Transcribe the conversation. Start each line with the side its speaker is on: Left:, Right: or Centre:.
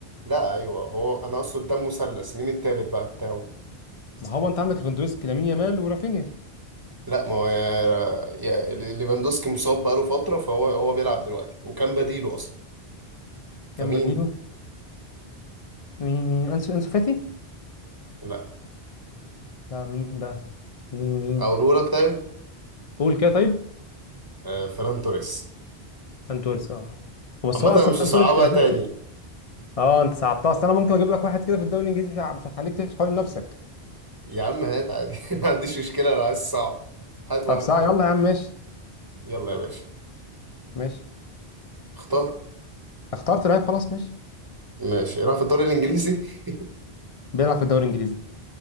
Right: لا ايوه هو انا اقصد ده مثلث مين التالت بقى بتاعه
Left: ما هو انت عندك ليفاندوسكي لامين يامال ورافينيا
Right: لا ما هو يا يا ليفاندوسكي مصاب بقاله فترة فهو هو بيلعب دلوقتي وكان بديله أصلا
Left: كان
Right: فمين؟
Left: بديله مين مين انسو انسو فاتي
Right: لا
Left: لا مين بقى مين مين
Right: أقوله لك طيب
Left: قول كده طيب
Right: آه فران توريس
Left: فان توريس اه بس
Right: عامة
Left: هو
Right: أنا
Left: اصلا
Right: مش
Left: فان
Right: هصعبها
Left: توريس الاساسي
Right: تاني
Left: اه انت صعبتها اصل انا ممكن اجيب لك واحد كده في الدوري الانجليزي مش ه- مش هخليك تلف حوالين نفسك
Right: يا عم هات عادي <laughs> ما عنديش مشكلة لو عايز صعب هات
Left: طب
Right: واحد
Left: ساعه
Right: حلو
Left: يلا يا عم ماشي
Right: يلا يا باشا
Left: ماشي
Right: اختار
Left: اخترت لعيب خلاص ماشي
Right: ماشي راح في الدوري الإنجليزي <laughs>
Left: بيلعب في الدوري الانجليزي